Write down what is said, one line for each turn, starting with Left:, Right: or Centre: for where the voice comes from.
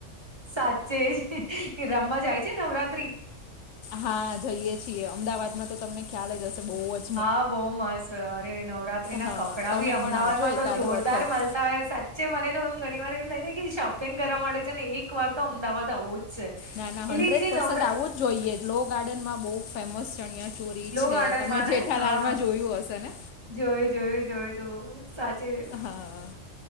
Right: સાચે જ યે રમવા જાય છે નવરાત્રી.
Left: હા જઈએ છીએ અમદાવાદમાં તો તમને ખ્યાલ જ હશે બહુવાજ
Right: હા બહુ મસ્ત અરે નવરાત્રી ના
Left: હા
Right: કપડાં
Left: તમે
Right: ભી અમદાવાદ
Left: પણ આવજો
Right: માં
Left: એકાદ
Right: તો જોરદાર
Left: વખત
Right: મળ સાચે મને તો એમ ઘણી વાર એમ થાય ને કે શોપિંગ કરવા માટે છે ને એક વાર તો અમદાવાદ આવો જ છે
Left: ના ના
Right: એટલે
Left: હંડ્રેડ
Right: જે
Left: પર્સન્ટ
Right: નવરા
Left: આવું જ જોઈએ લો ગાર્ડનમાં બહુ ફેમસ ચણીયા ચો ચોળી
Right: લો
Left: છે
Right: ગાર્ડનમાં
Left: તમે જેઠાલાલ
Right: ને હા
Left: માં જોયું હશે ને.
Right: જોયું જોયું જોયું લુ સાચે
Left: હા